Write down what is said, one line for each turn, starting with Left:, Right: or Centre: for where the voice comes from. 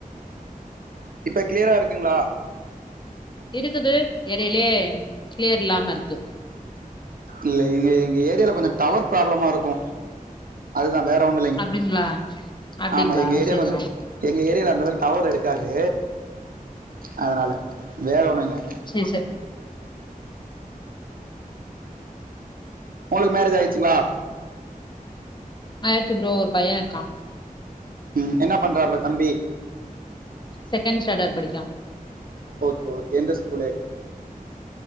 Right: இப்ப கிளியரா இருக்குங்குகளா
Left: இருக்குது எடையிலயே கிளியர் இல்லாம இருக்கு
Right: இல்ல எங்க எங்க ஏரியால கொஞ்சோ டவர் ப்ராப்ளமா இருக்கு அதுதா வேற ஒண்ணு இல்லிங்க
Left: அப்டிங்களா அப்டிங்களா
Right: ஆமா எங்க ஏரியா
Left: செரி
Right: கொஞ்சோ
Left: செரி
Right: எங்க ஏரியால அந்த அளவுக்கு டவர் எடுக்காது அதனால வேற ஒண்ணு இல்ல
Left: சேர் சரி
Right: உங்களுக்கு மேரேஜ் ஆயிடுச்சுங்களா
Left: ஆயிடுச்சு ப்ரோ ஒரு பைய இருக்கா
Right: ம் என்ன பண்றாப்ல தம்பி
Left: செகண்ட் ஸாண்டர்ட் படிக்கா
Right: ஓகே ஓகே எந்த ஸ்கூலு